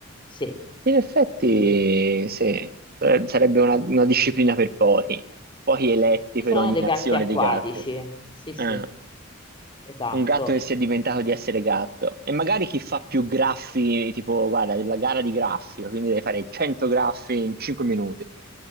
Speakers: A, on the left; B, on the right.
A: Sì,
B: In effetti,
A: sì, sì.
B: sì, eh, sarebbe una, una disciplina per pochi, pochi eletti
A: Ci
B: per
A: sono
B: ogni
A: dei
B: nazione
A: gatti acquatici,
B: di gatti.
A: sì, sì,
B: Eh,
A: esatto.
B: un gatto che sia diventato di essere gatto. E magari chi fa più graffi, tipo, guarda, la gara di graffio, quindi devi fare 100 graffi in 5 minuti.